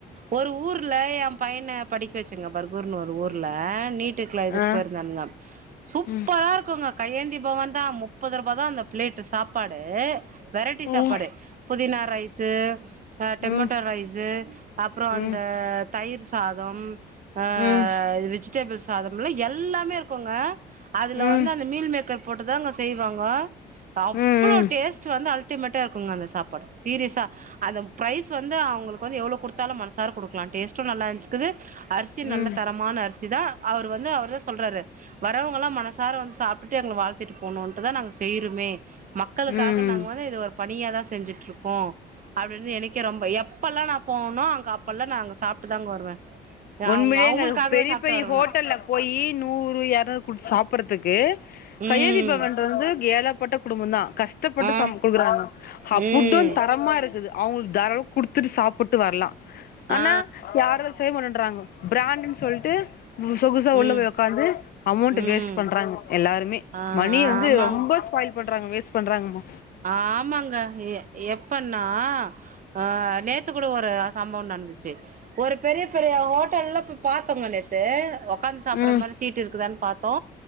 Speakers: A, on the right; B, on the left.
A: ஒரு ஊர்ல எ பையன படிக்க வச்சுங்க பர்கூர்னு ஒரு ஊர்ல நீட் க்கலா இதுக்
B: ஆ
A: போய்ர்ந்தானுங்க சூப்
B: ம்
A: ப்பரா இருக்குங்க கையேந்திபவ தா முப்பது ரூபா தா அந்த பிளேட்டு் சாப்பாடு வெரட்டி
B: ம்
A: சாப்பாடு புதினா ரைஸ் இது டொமேட்டோ
B: ம்
A: ரைஸு அப்றோ அந்த
B: ம்
A: தயிர் சாதம் ஆ
B: ம்
A: இது வெஜிடேபிள் சாதம்ல்ல எல்லாமே இருக்கோங்க அதுல
B: ம்
A: வந்து அந்த மீல் மேக்கர் போட்டுதாங்க செய்வாங்கோ அவ்ளோ
B: ம்
A: டேஸ்ட் வந்து அல் அல்டிமேட்டா இருக்குங்க அந்த சாப்பாடு சீரிஸா அந்த ப்ரைஸ் வந்து அவுங்களுக்கு வந்து எவ்ளோ குடுத்தாலு மனசார குடுக்கலா டேஸ்ட்டும் நல்லா இருந்ச்க்குது அரிசி
B: ம்
A: நல்ல
B: ம்
A: தரமான அரிசி தா அவரு வந்து அவுர்தா சொல்றாரு வரவங்க எல்லா மனசார வந்து சாப்ட்டுட்டு எங்கள வாழ்த்திட்டு போணுன்ட்டுதா நாங்க செய்ருமே மக்களுக்காக
B: ம்
A: நாங்க வந்து இது ஒரு பணியா தா செஞ்சுட்டுருக்கோ அப்டின்னு எனக்கே ரொம்ப எப்பெல்லா நா போவனோ அங்க அப்பெல்லா நா அங்க சாப்ட்டு தாங்க வருவே
B: உண்மலேங்க
A: அவங்க அவங்களுக்காகவே
B: பெரிய
A: சாப்ட்டு
B: பெரிய
A: வருவே
B: ஹோட்டல்ல
A: நா
B: போயி நூறு எரநூறு குடுத்து சாப்றதுக்கு
A: ம்
B: கையேந்நிபவன்ற வந்து ஏழப்பட்ட குடும்பதா கஷ்டப்பட்டு
A: ஆ
B: சம் குடுக்குறாங்க அஃபுட்டூ
A: ம்
B: தரமா இருக்குது அவுங்களுக்கு தாராள குடுத்துட்டு சாப்ட்டு வரலா ஆனா
A: ஆ
B: யாரு செய்ய மாட்டன் றாங்கோ பிராண்ட்ன்னு சொல்ட்டு ம் சொகுசா உள்ள
A: ம்
B: போய் ஒக்காந்து அமௌண்ட்
A: ம்
B: வேஸ்ட் பண்றாங்க எல்லாருமே
A: ஆ
B: மணிய வந்து
A: ஆமாங்
B: ரொம்ப ஸ்பாயில் பண்றாங்க வேஸ்ட் பண்றாங்கம்மா
A: ஆமாங்க எ எப்பன்னா அ நேத் த்து கூட ஒரு சம்பவோ நடந்துச்சு ஒரு பெரிய பெரிய ஹோட்டல்ல பாத்தோங்க நேத்து அ ஓக்காந்து சாப்டற
B: ம்
A: மாரி சீட்டு இருக்குதான்னு பார்த்தோ